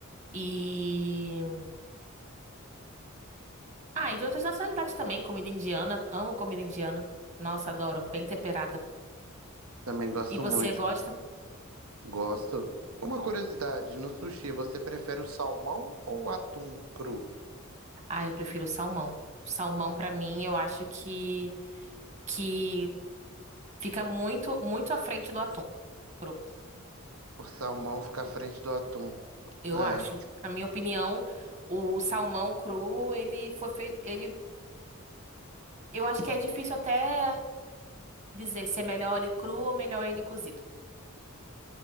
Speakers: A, on the right; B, on the right.
A: E. Ah, e de outras nacionalidades também. Comida indiana. Amo comida indiana. Nossa, adoro. Bem temperada.
B: Também gosto
A: E você
B: muito.
A: gosta?
B: Gosto. Uma curiosidade, no sushi você prefere o salmão ou o atum cru?
A: Ah, eu prefiro o salmão. O salmão, pra mim, eu acho que, que fica muito, muito à frente do atum cru.
B: O salmão fica à frente do atum.
A: Eu
B: É.
A: acho. Na minha opinião, o salmão cru, ele foi feito. Ele, eu acho que é difícil até dizer se é melhor ele cru ou melhor ele cozido.